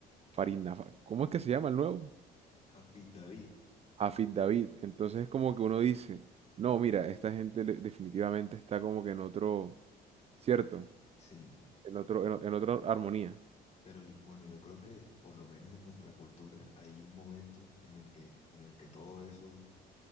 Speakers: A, on the right; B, on the left.
A: Farina, Fa- ¿cómo es que se llama el nuevo?
B: Jafid David,
A: Hafid David. Entonces es como que uno dice, no, mira, esta gente le- definitivamente está como que en otro, ¿cierto?
B: sí.
A: En otro, en, o- en otra armonía.
B: Pero yo- bueno, yo creo que por lo menos en nuestra cultura hay un momento en el que, en el que todo eso